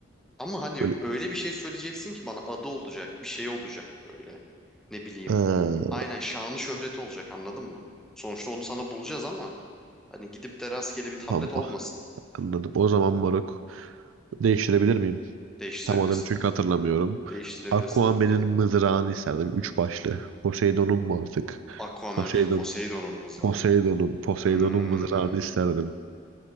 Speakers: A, in the centre; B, on the right.
A: Ama hani
B: Böyle
A: öyle bir şey söyleyeceksin ki bana adı olacak, bir şey olacak böyle. Ne bileyim.
B: Ee,
A: Aynen şanı şöhreti olacak anladın mı? Sonuçta onu sana bulacağız ama Hani gidip de rastgele bir tablet
B: tamam
A: olmasın.
B: ah, anladım. O zaman moruk değiştirebilir miyim?
A: Değiştirebilirsin.
B: Tam adını çünkü hatırlamıyorum.
A: Değiştirebilirsin
B: Aquaman'in
A: tabii ki de.
B: mızrağını isterdim. Üç başlı. Poseidon'un mu artık?
A: Aquaman
B: Poseidon.
A: değil Poseidon'un mızrağı.
B: Poseidon'un. Poseidon'un
A: Hmm,
B: mızrağını isterdim.